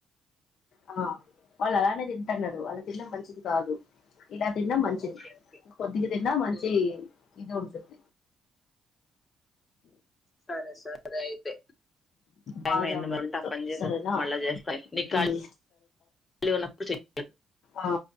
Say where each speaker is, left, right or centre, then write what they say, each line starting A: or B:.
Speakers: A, on the left (about 70°); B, on the left (about 30°).
A: ఆ వాళ్ళు అలానే తింటన్నారు అలా తినడం మంచిది కాదు. ఇలా తిన్నా మంచిది
B: ఓకే ఓకే
A: కొద్దిగా తిన్నా మంచి
B: మ్మ్
A: ఇది ఉంది. <inaudible>
B: సరే సరే అయితే టైం
A: బాదాం
B: అయింది మరి ఉంటా. పని చేసి
A: సరేనా
B: వస్తా మళ్ళా చేస్తా నీ ఖాళీన్నప్పుడు
A: ఉమ్
B: చేయ్
A: ఊ